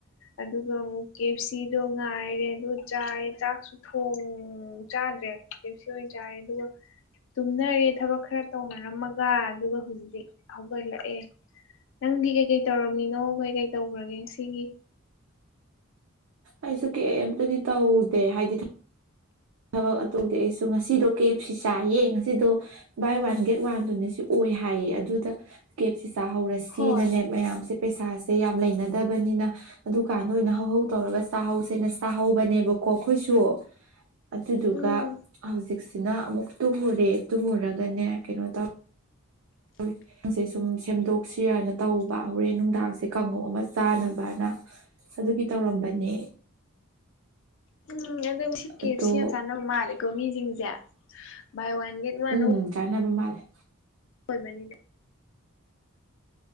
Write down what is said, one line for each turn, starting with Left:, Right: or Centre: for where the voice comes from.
Left: ꯑꯗꯨꯒ ꯑꯃꯨꯛ ꯀꯦ ꯑꯦꯞ ꯁꯤꯗꯣ ꯉꯥꯏꯔꯦ ꯑꯗꯨ ꯆꯥꯏꯔꯦ ꯆꯥꯛꯁꯨ ꯊꯣꯡ ꯆꯥꯗ꯭ꯔꯦ ꯀꯦꯑꯦꯞ ꯁꯤ ꯑꯣꯏꯅ ꯆꯥꯔꯦ ꯑꯗꯨꯒ ꯇꯨꯝꯅꯔꯦ ꯊꯕꯛ ꯈꯔ ꯇꯧꯅꯔꯝꯃꯒ ꯑꯗꯨꯒ ꯍꯧꯖꯤꯛ ꯍꯧꯒꯠꯂꯛꯑꯦ ꯅꯪꯗꯤ ꯀꯩꯀꯩ ꯇꯧꯔꯝꯃꯤꯅꯣ ꯀꯩ ꯀꯩ ꯇꯧꯈ꯭ꯔꯒꯦ ꯉꯁꯤꯒꯤ
Right: ꯑꯩꯁꯨ ꯀꯩ ꯑꯝꯇꯗꯤ ꯇꯧꯗꯦ ꯍꯥꯏꯗꯤ ꯊꯕꯛ ꯑꯗꯨ ꯇꯧꯗꯤ ꯑꯩꯁꯨ ꯉꯁꯤꯗꯣ ꯀꯦ ꯑꯦꯞ ꯁꯤ ꯆꯥꯏꯌꯦ ꯉꯁꯤꯗꯣ ꯕꯥꯏ ꯋꯥꯟ ꯒꯦꯠ ꯋꯥꯟꯗꯨꯅꯁꯨ ꯑꯣꯏ ꯍꯥꯏꯌꯦ ꯑꯗꯨꯗ ꯀꯦ ꯑꯦꯞ ꯁꯤ ꯆꯥꯍꯧꯔꯁꯤꯅꯅꯦ
Left: ꯍꯣꯏ
Right: ꯃꯌꯥꯝꯁꯦ ꯄꯩꯁꯥꯁꯦ ꯌꯥꯝ ꯂꯩꯅꯗꯕꯅꯤꯅ ꯑꯗꯨꯀꯥꯟꯗ ꯑꯣꯏꯅ ꯍꯧꯍꯧ ꯇꯧꯔꯒ ꯆꯥꯍꯧꯁꯦꯅ ꯆꯥꯍꯧꯕꯅꯦꯕꯀꯣ ꯑꯈꯣꯏꯁꯨ ꯑꯗꯨꯗꯨꯒ
Left: ꯎꯝ
Right: ꯍꯧꯖꯤꯛꯁꯤꯅ ꯑꯃꯨꯛ ꯇꯨꯝꯃꯨꯔꯦ ꯇꯨꯝꯃꯨꯔꯒꯅꯦ ꯀꯩꯅꯣ ꯇꯧ <unintelligible> ꯁꯦ ꯁꯨꯝ ꯁꯦꯝꯗꯣꯛꯁꯤꯔꯅ ꯇꯧꯕ ꯍꯣꯔꯦꯟ ꯅꯨꯡꯗꯥꯡꯁꯦ ꯀꯥꯡꯉꯧ ꯑꯃ ꯆꯥꯅꯕꯅ ꯑꯗꯨꯒꯤ ꯇꯧꯔꯝꯕꯅꯦ
Left: ꯎꯝ ꯑꯗꯨꯕꯨꯗꯤ ꯀꯦ
Right: ꯑꯗꯣ
Left: ꯑꯦꯞ ꯁꯤ ꯌꯥꯝ ꯆꯥꯅꯩ ꯅꯪ ꯃꯥꯜꯂꯤꯀꯣ ꯃꯤꯁꯤꯡꯁꯦ ꯕꯥꯢ ꯋꯥꯟ ꯒꯦꯠ ꯋꯥꯟ
Right: ꯎꯝ ꯆꯥꯅꯕ ꯃꯥꯜꯂꯦ
Left: ꯑꯣꯏꯕꯅꯤꯅꯥ